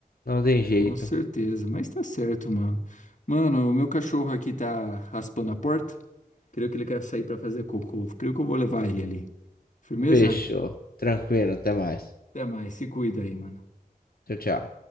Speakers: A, on the left; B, on the left.
A: Não tem jeito.
B: Com certeza, mas tá certo, mano. Mano, o meu cachorro aqui tá raspando a porta. Creio que ele quer sair pra fazer cocô. Creio que eu vou levar ele ali. Firmeza?
A: Fechou. Tranquilo, até mais.
B: Até mais. Se cuida aí, mano.
A: Tchau, tchau.